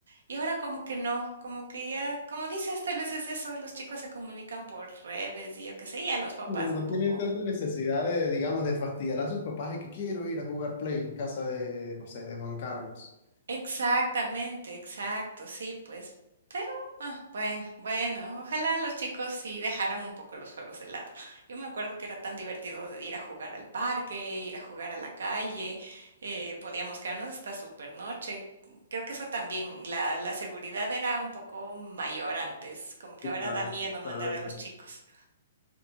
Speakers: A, on the right; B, on the left.
A: Y ahora como que no, como que ya, como dices, tal vez es eso, los chicos se comunican por redes y yo qué sé, y a los papás
B: No, no
A: un poco.
B: tienen tanta necesidad de, digamos, de fastidiar a sus papás y que quiero ir a jugar Play en casa de, no sé, de Juan Carlos.
A: Exactamente, exacto, sí, pues, pero, ah, bueno, bueno, ojalá los chicos sí dejaran un poco los juegos de lado. Yo me acuerdo que era tan divertido ir a jugar al parque, ir a jugar a la calle, eh, podíamos quedarnos hasta súper noche. Creo que eso también, la, la seguridad era un poco mayor antes, como que
B: Sí,
A: ahora
B: Claro,
A: da miedo mandar
B: tal vez.
A: a los chicos.